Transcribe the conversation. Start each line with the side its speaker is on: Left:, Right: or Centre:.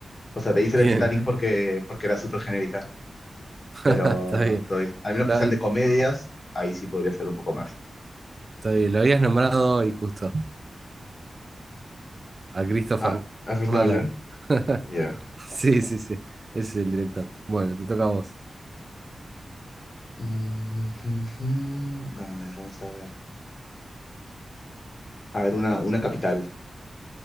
Left: O sea, te hice
Right: Bien,
Left: la Titanic porque, porque era súper genérica.
Right: <laughs>
Left: Pero
Right: está bien.
Left: soy, al menos
Right: La-
Left: que sean de comedias, ahí sí podría ser un poco más.
Right: está bien, lo habías nombrado y justo a Christopher
Left: Ah, Alfred
Right: Nolan.
Left: Nolan,
Right: <laughs>
Left: ya.
Right: Sí, sí, sí, ese es el director. Bueno, te toca a vos.
Left: Mm, mm, mm. A ver, vamos a ver. A ver, una, una capital.